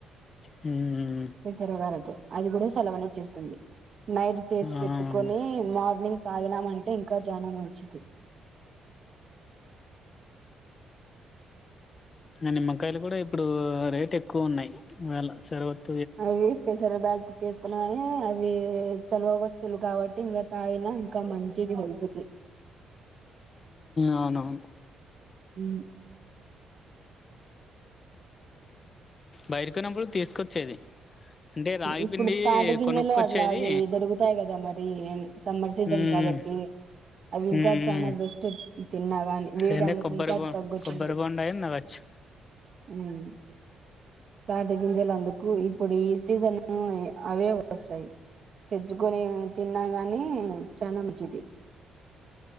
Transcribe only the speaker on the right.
విసరవారదు అది కూడా సలవనే చేస్తుంది. నైట్ చేసి
పెట్టుకొని మార్నింగ్ తాగినామంటే ఇంకా చానా మంచిది.
అయ్యి పెసర బ్యాల్త్ చేస్ పక్కనే అవి చలవ వస్తువులు గాబట్టి ఇంగా తాగిన ఇంకా మంచిది హెల్త్ కి.
ఉ
ఇప్పుడు తాట గిందెలో
అట్లా అవి దొరుగుతాయి కదా, మరి సమ్మర్ సీజన్
కా కాబట్టి అవి ఇంకా
చానా బెస్ట్. గాని వేడి
అందుకుంక
తగ్గుతాంది.
హ్మ్మ్ తాటిగీ పంజలందుకు ఇప్పుడు ఈ సీజన్ అవే వస్తాయి. తెచ్చుకొని తిన్నాగాని చాన మంచిది.